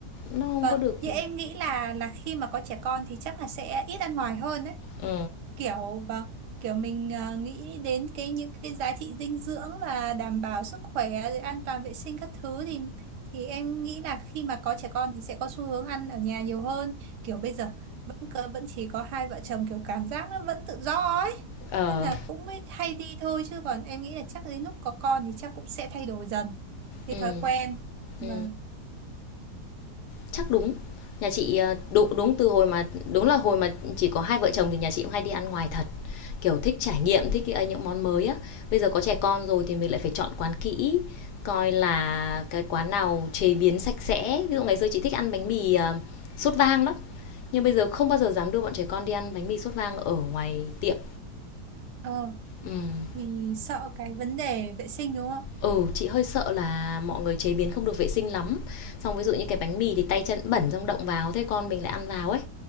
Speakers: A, on the left; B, on the right.
A: nó không
B: vâng,
A: có được.
B: như em nghĩ là là khi mà có trẻ con thì chắc là sẽ ít ăn ngoài hơn đấy.
A: Ừ.
B: kiểu vâng kiểu mình ờ, nghĩ đến cái những cái giá trị dinh dưỡng và đảm bảo sức khỏe rồi an toàn vệ sinh các thứ thì thì em nghĩ là khi mà có trẻ con thì sẽ có xu hướng ăn ở nhà nhiều hơn kiểu bây giờ vẫn cơ- vẫn chỉ có hai vợ chồng kiểu cảm giác nó vẫn tự do ấy
A: Ờ.
B: nên là cũng mới hay đi thôi chứ còn em nghĩ là chắc đến lúc có con thì chắc cũng sẽ thay đổi dần cái
A: Ừ.
B: thói quen vâng
A: Ừ. Chắc đúng. Nhà chị, ờ, đúng đúng từ hồi mà đúng là hồi mà chỉ có hai vợ chồng thì nhà chị cũng hay đi ăn ngoài thật, kiểu, thích trải nghiệm, thích cái ấy những món mới á. Bây giờ có trẻ con rồi thì mình lại phải chọn quán kỹ, coi là cái quán nào chế biến sạch sẽ. Ví dụ ngày xưa chị thích ăn bánh mì, ờ, sốt vang lắm, nhưng bây giờ không bao giờ dám đưa bọn trẻ con đi ăn bánh mì sốt vang ở ngoài tiệm.
B: ờ
A: Ừm.
B: vì sợ cái vấn đề vệ sinh đúng không
A: Ừ, chị hơi sợ là mọi người chế biến không được vệ sinh lắm. Xong ví dụ như cái bánh mì thì tay chân bẩn xong động vào, thế con mình lại ăn vào ấy.